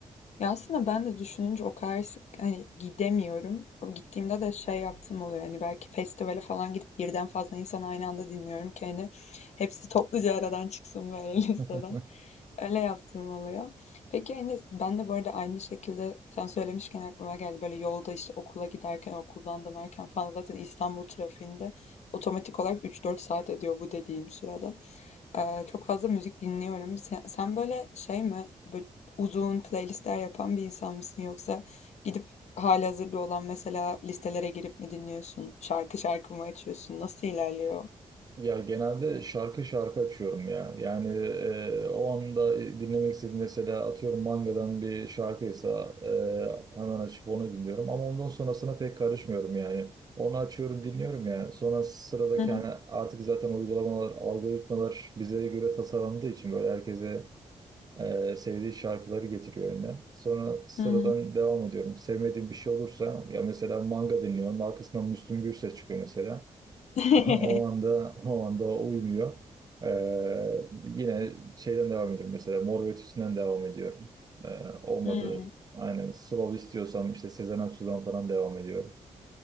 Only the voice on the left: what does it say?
Ya aslında ben de düşününce o kadar sık hani gidemiyorum. O Gittiğimde de şey yaptım oluyor. Hani belki festivale falan gidip birden fazla insan aynı anda dinliyorum ki hani hepsi topluca aradan çıksın böyle <laughs> listeden.
Öyle yaptığım oluyor. Peki, hani, ben de bu arada aynı şekilde sen söylemişken aklıma geldi. Böyle yolda işte okula giderken, okuldan dönerken falan zaten İstanbul trafiğinde otomatik olarak üç dört saat ediyor bu dediğim sürede. Ee, çok fazla müzik dinliyorum. Sen, sen böyle şey mi, böyle uzun playlistler yapan bir insan mısın yoksa gidip halihazırda olan mesela listelere girip mi dinliyorsun? Şarkı şarkı mı açıyorsun? Nasıl ilerliyor?
Hı hı.
Hı hı.
<laughs>
Hmm.